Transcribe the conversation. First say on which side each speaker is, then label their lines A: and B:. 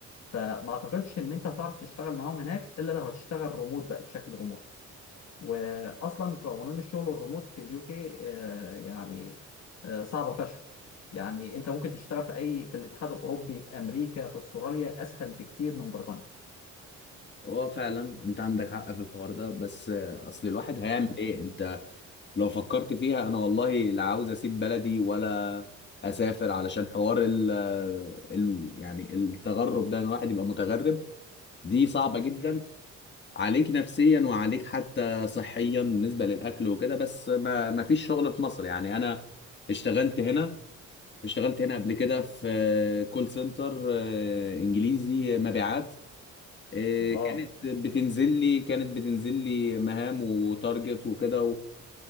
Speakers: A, on the left; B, on the left.
A: فما اعتقدش ان انت هتعرف تشتغل معاهم هناك الا لو هتشتغل ريموت بقى بشكل ريموت واصلا قوانين الشغل الريموت في اليو كي آه، يعني آه، صعبه فشخ يعني انت ممكن تشتغل في اي في الاتحاد الاوروبي في امريكا في استراليا اسهل بكتير من بريطانيا
B: هو فعلا انت عندك حق في الحوار ده بس آه، اصل الواحد هيعمل ايه انت لو فكرت فيها انا والله لا عاوز اسيب بلدي ولا اسافر علشان حوار ال ال- يعني التغرب ده إن الواحد يبقى متغرب دي صعبة جدا عليك نفسيا وعليك حتى صحيا بالنسبة للأكل وكده بس ما ما فيش شغل في مصر يعني أنا اشتغلت هنا اشتغلت هنا قبل كده في كول سنتر إنجليزي آه، مبيعات آه،
A: اه
B: كانت بتنزل لي كانت بتنزل لي مهام وتارجت وكده